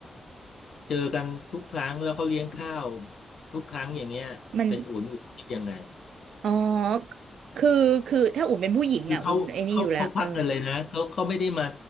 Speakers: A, on the left; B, on the right.
A: เจอกันทุกครั้งแล้วเขาเลี้ยงข้าวทุกครั้งอย่างเงี้ยเป็นอุ่นอุ่นคิดยังไง
B: มันอ๋อคือคือถ้าอุ่นเป็นผู้หญิงอ่ะอุ่นไอ้นี่อยู่แล้วเออ
A: คือเขาเขาเขาควักเงินเลยนะเขาเขาไม่ได้มา